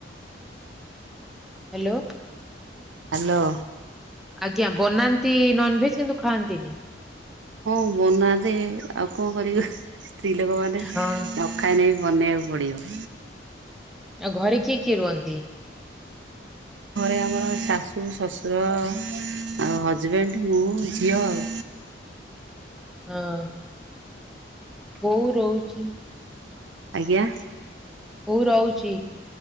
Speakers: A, in the centre; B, on the right (about 85°).
A: ହ୍ୟାଲୋ।
B: ହ୍ୟାଲୋ।
A: ଆଜ୍ଞା ବନାନ୍ତି ନନଭେଜ କିନ୍ତୁ ଖାଆନ୍ତିନି।
B: ହଁ ବନା ଯେ ଆଉ କଣ କରିବୁ ସ୍ତ୍ରୀ ଲୋକ ମାନେ
A: ହଁ
B: ଖାଇନେ ବି ବନେଇବାକୁ ପଡ଼ିବ।
A: ଆଉ ଘରେ କିଏ କିଏ ରୁହନ୍ତି?
B: ଘରେ ଆମର ଶାଶୁ ଶ୍ୱଶୁର ଆଉ ହଜବେଣ୍ଡ ମୁଁ ଝିଅ ଆଉ।
A: ହଁ ବୋଉ ରହୁଛି।
B: ଆଜ୍ଞା।
A: ହଉ ରହୁଛି।